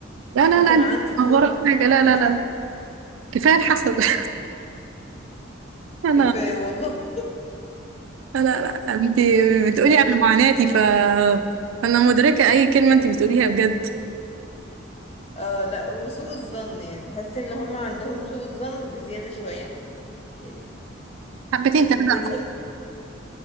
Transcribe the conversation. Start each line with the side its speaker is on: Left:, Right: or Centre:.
Right: لا لا
Left: يمكن
Right: لا انت
Left: عندي تروما
Right: متهورة في حاجة لا
Left: مش
Right: لا لا
Left: عارفة
Right: كفاية الحسد <laughs> انا
Left: كفاية والله
Right: لا لا انت بتقولي
Left: <laughs>
Right: عن معاناتي ف انا مدركة اي كلمة انت بتقوليها بجد
Left: اه لا وسوء الظن يعني بحس ان هم عندهم سوء الظن بزيادة شوية يعني
Right: حبتين
Left: يعني
Right: تلاتة
Left: الانسان